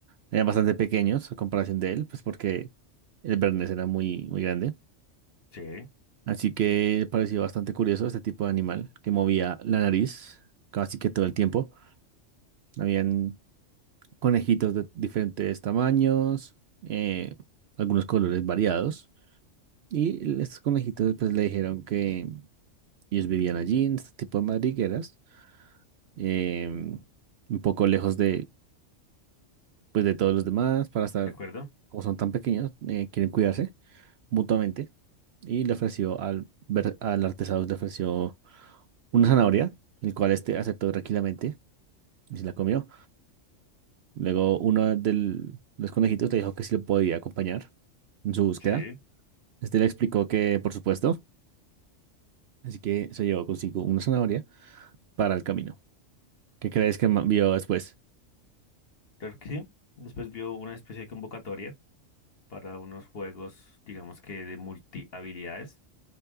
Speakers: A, on the right (about 65°); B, on the left (about 50°).
A: Eran bastante pequeños a comparación de él, pues porque el Bernés era muy, muy grande.
B: Sí, ¿de
A: Así que pareció bastante curioso este tipo de animal que movía la nariz casi que todo el tiempo. Habían conejitos de diferentes tamaños, eh, algunos colores variados. Y estos conejitos pues le dijeron que ellos vivían allí en este tipo de madrigueras, eh, un poco lejos de, pues, de todos los demás para estar,
B: acuerdo?
A: como son tan pequeños, eh, quieren cuidarse. mutuamente y le ofreció al, ver- al Artesaurus, le ofreció una zanahoria, el cual este aceptó tranquilamente y se la comió. Luego uno de los conejitos le dijo que sí lo podía acompañar en su búsqueda.
B: Sí.
A: Este le explicó que, por supuesto, así que se llevó consigo una zanahoria para el camino. ¿Qué crees que ma- vio después?
B: Claro que sí. Después vio una especie de convocatoria para unos juegos, digamos que de multi habilidades.